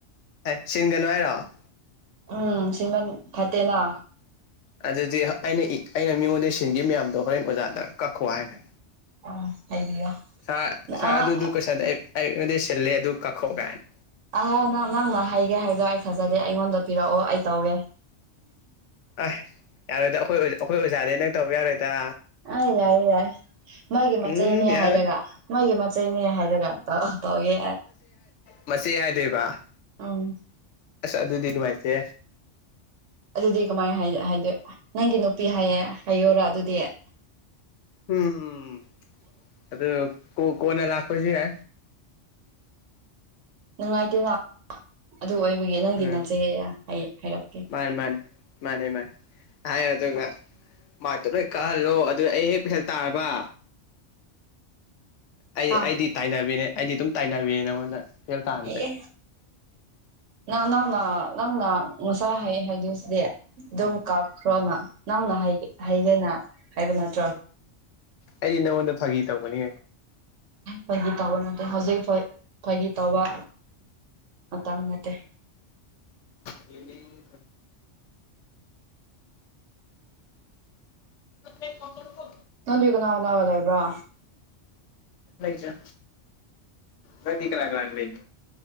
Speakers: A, on the left (about 75°); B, on the right (about 80°).
A: ꯁꯤꯟꯒꯅꯣ ꯍꯥꯏꯔꯣ
B: ꯑ ꯁꯤꯃꯟ ꯐꯠꯇꯦꯅꯥ
A: ꯑꯗꯨꯗꯤ ꯑꯩꯅ ꯑꯩꯅ ꯃꯤꯉꯣꯟꯗ ꯁꯤꯟꯈꯤꯕ ꯃꯌꯥꯝꯗꯣ ꯍꯣꯔꯦꯟ ꯑꯣꯖꯥꯗ ꯀꯛꯈꯣ ꯍꯥꯏꯕ
B: ꯑꯣ ꯍꯥꯏꯕꯤꯌꯣ
A: ꯁꯥ
B: ꯑ
A: ꯁꯥ ꯑꯗꯨ ꯑꯗꯨꯗꯨ ꯀꯁꯗ ꯑꯩꯃꯗꯤ ꯁꯤꯜꯂꯦ ꯑꯗꯨ ꯀꯛꯈꯣꯛ ꯀꯥꯏꯅ
B: ꯑ ꯅꯪ ꯅꯪꯅ ꯍꯩꯒꯦ ꯍꯥꯏꯕꯗꯣ ꯑꯩ ꯊꯥꯖꯗꯦ ꯑꯩꯉꯣꯟꯗ ꯄꯤꯔꯛꯑꯣ ꯑꯩ ꯇꯧꯒꯦ
A: ꯑꯁ ꯌꯥꯔꯣꯏꯗ ꯑꯩꯈꯣꯏ ꯑꯩꯈꯣꯏ ꯑꯣꯖꯥꯗꯤ ꯅꯪ ꯇꯧꯕ ꯌꯥꯔꯣꯏꯗ
B: ꯑ ꯌꯥꯏ ꯌꯥꯏ ꯃꯥꯒꯤ ꯃꯆꯩꯅꯦ
A: ꯎꯝ ꯌꯥꯔꯣꯏ
B: ꯍꯥꯏꯔꯒ ꯃꯥꯒꯤ ꯃꯆꯩꯅꯦ ꯍꯥꯏꯔꯒ ꯇꯧ ꯇꯒꯦ
A: ꯃꯁ ꯌꯥꯏꯗꯦꯕ
B: ꯑꯪ
A: ꯑꯁ ꯑꯗꯨꯗꯤꯗꯤ ꯃꯥꯥꯏꯇꯦ
B: ꯑꯗꯨꯗꯤ ꯀꯃꯥꯏ ꯍꯥꯏꯗꯣꯏ ꯅꯪꯒꯤ ꯅꯨꯄꯤ ꯍꯥꯏꯌꯦ ꯍꯥꯏꯌꯔꯥ ꯑꯗꯨꯗꯤ
A: ꯎꯝ ꯑ ꯀ ꯀꯅ ꯂꯥꯛꯀꯣꯏꯁꯤ ꯌꯥ
B: ꯅꯤꯡꯉꯥꯏꯇ ꯉ ꯑꯗꯨ ꯑꯣꯏꯕꯒꯤ ꯅꯪꯒꯤ
A: ꯎꯝ
B: ꯅꯠꯆꯩ ꯍꯥꯏꯔꯛꯀꯦ
A: ꯃꯥꯅꯤ ꯃꯥꯅꯤ ꯃꯥꯅꯦ ꯃꯥꯅꯦ ꯍꯥꯏ ꯌꯥ ꯑꯗꯨꯒꯒ ꯃꯥꯇꯣ ꯂꯣꯏ ꯀꯥꯍꯜꯂꯣ ꯑꯗꯨ ꯑꯩ ꯍꯦꯛ ꯐꯦꯜ ꯇꯥꯔꯕ ꯑꯩꯗꯤ
B: ꯑꯥ
A: ꯑꯩꯗꯤ ꯇꯥꯏꯅꯕꯤꯅꯦ ꯑꯩꯗꯤ ꯑꯗꯨꯝ ꯇꯥꯏꯅꯕꯤꯅꯦ ꯅ ꯑꯩꯉꯣꯟꯗ ꯐꯦꯜ ꯇꯥꯁꯦ
B: ꯑꯦ ꯅꯪ ꯅꯪꯅ ꯅꯪꯅ ꯉꯁꯥ ꯍꯥꯏꯌꯦ ꯍꯥꯏ ꯗꯤ ꯑꯗꯨꯝ ꯀꯥꯞꯈ꯭ꯔꯣꯅ ꯅꯪꯅ ꯍꯥꯏꯒꯦꯅ ꯍꯥꯏꯕ ꯅꯠꯇ꯭ꯔꯣ
A: ꯑꯩꯗꯤ ꯅꯉꯣꯟꯗ ꯐꯥꯒꯤ ꯇꯧꯒꯅꯤ
B: ꯐꯥꯒꯤ ꯇꯧꯕ ꯅꯠꯇꯦ ꯍꯧꯖꯤꯛ ꯐꯥꯒꯤ ꯇꯧꯕ ꯃꯇꯝ ꯅꯠꯇꯦ
A: ꯔꯤꯅꯦꯅꯤꯅꯦ ꯦ ꯀ ꯀꯣ ꯀꯣ
B: ꯅꯟ ꯀꯅꯥ ꯂꯕ ꯂꯩ ꯂꯩꯕ꯭ꯔꯥ
A: ꯆ ꯀꯗꯤ ꯀ ꯂꯒ ꯂꯒꯂ ꯏ